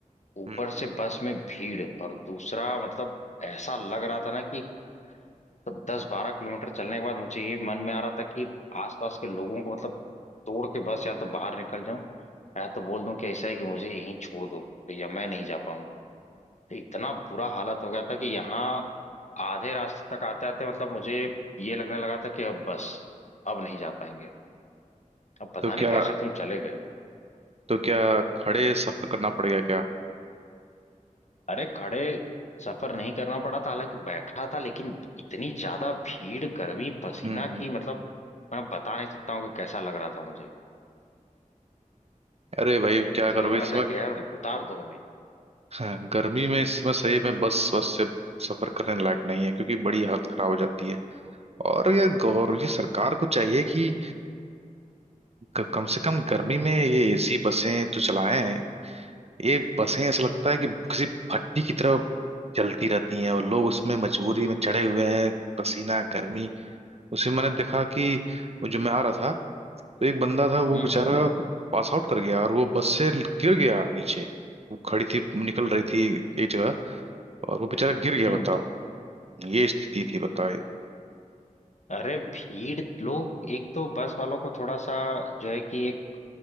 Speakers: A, on the left; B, on the right.
A: ऊपर
B: हम्म।
A: से बस में भीड़ और दूसरा मतलब ऐसा लग रहा था ना कि तब दस बारह किलोमीटर चलने के बाद मुझे ये मन में आ रहा था कि आसपास के लोगों को मतलब तोड़ के बस या तो बाहर निकल जाऊं या तो बोल दूं कि ऐसा है कि मुझे यहीं छोड़ दो भैया मैं नहीं जा पाऊंगा तो इतना बुरा हालत हो गया था कि यहाँ आधे रास्ते तक आते आते मतलब मुझे ये लगने लगा था कि अब बस अब नहीं जा पाएंगे अब पता
B: तो
A: नहीं
B: क्या
A: कैसे तुम चले गए
B: तो क्या खड़े सफर करना पड़ गया क्या
A: अरे खड़े सफर नहीं करना पड़ा था हालांकि बैठा था लेकिन इतनी ज्यादा भीड़ गर्मी पसीना
B: हम्म हम्म।
A: की मतलब मैं बता नहीं सकता हूँ कि कैसा लग रहा था मुझे
B: अरे भाई क्या
A: ऐसा
B: करोगे
A: लग रहा
B: इसमें
A: था कि यार उतार दो हमें
B: हाँ, <laughs> गर्मी में इसमें सही में बस बस से सफर करने लायक नहीं है क्योंकि बड़ी हालत खराब हो जाती है और ये गौर ये सरकार को चाहिए कि क- कम से कम गर्मी में ये एसी बसें तो चलाएं ये बसें ऐसा लगता है कि किसी भट्टी की तरह चलती रहती हैं और लोग उसमें मजबूरी में चढ़े हुए हैं पसीना गर्मी उसमें मैंने देखा कि वो जो मैं आ रहा था तो एक बंदा था वो
A: हम्म
B: बेचारा
A: हम्म
B: पास आउट कर गया और वो बस से गिर गया नीचे वो खड़ी थी निकल रही थी एक जगह और वो बेचारा गिर गया
A: हम्म
B: बताओ ये स्थिति थी बताइए
A: अरे भीड़ लोग एक तो बस वालों को थोड़ा सा जो है कि एक